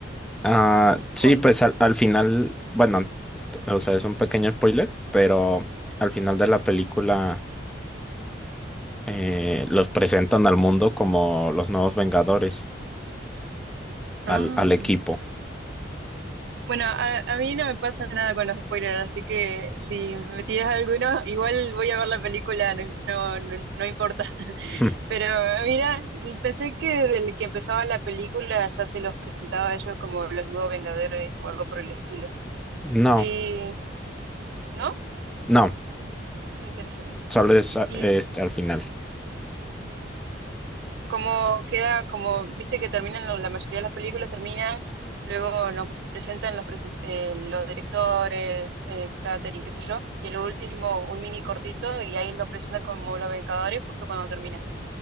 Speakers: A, in the centre; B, on the right.
A: Ah, sí,
B: ¿O-
A: pues al, al final, bueno, t- o sea, es un pequeño spoiler, pero al final de la película eh, los presentan al mundo como los nuevos Vengadores,
B: Ah.
A: al, al equipo.
B: Bueno, a, a mí no me pasa nada con los spoilers, así que si me tiras alguno, igual voy a ver la película, no, no, no, no importa. <laughs>
A: <laughs>
B: Pero mira, pensé que desde que empezaba la película ya se los presentaba a ellos como los nuevos Vengadores o algo por el estilo.
A: No,
B: Y, ¿no?
A: no,
B: Interesante.
A: solo es a-
B: y
A: este, al final.
B: como queda, como viste que terminan, lo- la mayoría de las películas terminan, luego nos presentan los, presen- eh, los directores, eh, catering, qué sé yo, y el último, un mini cortito, y ahí lo presentan como Los Vengadores justo cuando termina.